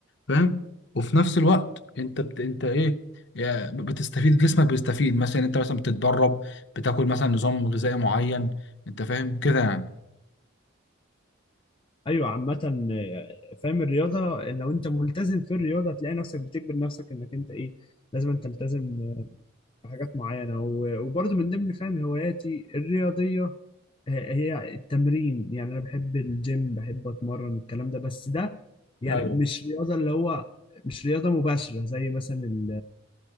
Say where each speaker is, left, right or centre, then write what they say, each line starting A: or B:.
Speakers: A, on the left; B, on the left.
A: فاهم وفي نفس الوقت أنت بت... أنت إيه يعني بتستفيد جسمك بيستفيد مثلا أنت مثلا بتتدرب بتاكل مثلا نظام غذائي معين أنت فاهم كده يعني
B: ايوه عامة آه، فاهم الرياضة لو انت ملتزم في الرياضة هتلاقي نفسك بتجبر نفسك انك انت ايه لازم أن تلتزم آه، بحاجات معينة و- وبرضه من ضمن فاهم هواياتي الرياضية هي التمرين يعني انا بحب الجيم بحب اتمرن الكلام ده بس ده يعني
A: ايوه
B: مش رياضه اللي هو مش رياضه مباشره زي مثلا ال